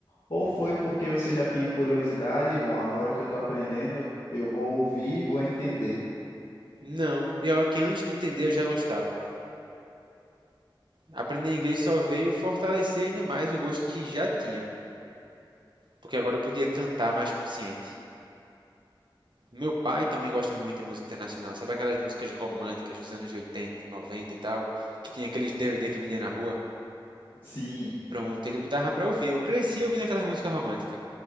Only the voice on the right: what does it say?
Não, pior que antes de entender eu já gostava. Aprender inglês só veio fortalecer ainda mais o gosto que já tinha, porque agora eu podia cantar mais consciente. Meu pai também gosta muito de música internacional, sabe aquelas músicas românticas dos anos 80, 90 e tal, que tinha aqueles DVD que vendia na rua?
Pronto, ele botava pra ouvir. Eu cresci ouvindo aquela música romântica.